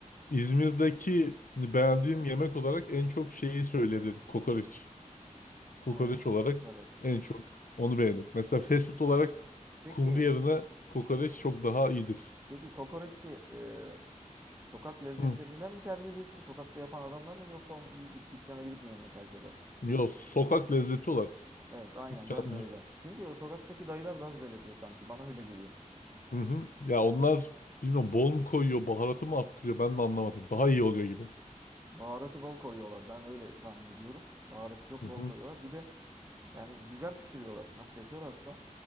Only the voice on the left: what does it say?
İzmir'deki beğendiğim yemek olarak en çok şeyi söyleyebilirim. Kokoreç. Kokoreç
olarak
en çok onu beğendim. Mesela fast food olarak
kumru yerine kokoreç çok daha iyidir.
Hı.
Yo, sokak lezzeti olarak.
Dükkan,
dük-
Hı hı. Ya onlar bilmiyorum bol mu koyuyor, baharatı mı arttırıyor ben de anlamadım. Daha iyi oluyor gibi.
Hı
hı.